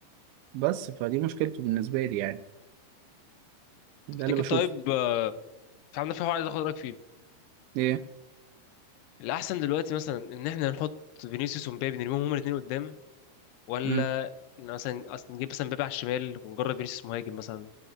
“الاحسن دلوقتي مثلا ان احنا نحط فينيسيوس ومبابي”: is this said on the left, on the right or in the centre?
Left